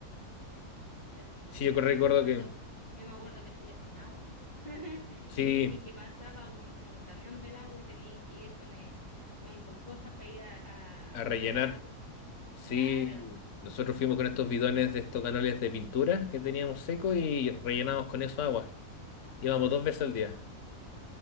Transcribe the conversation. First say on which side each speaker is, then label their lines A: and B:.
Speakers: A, on the left; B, on the left.
A: No me recuerdo,
B: Sí, yo
A: pero
B: recuerdo
A: yo me acuerdo,
B: que
A: yo me acuerdo que estuve sin agua <laughs> y,
B: sí,
A: y que pasaba un, un camión del agua y tenías que ir con, eh, con tus cosas para ir a, a-
B: a rellenar.
A: a sacar agua.
B: Sí,
A: Claro,
B: nosotros fuimos con estos bidones de estos canales de pintura que teníamos seco y rellenamos con eso agua. Íbamos dos veces al día.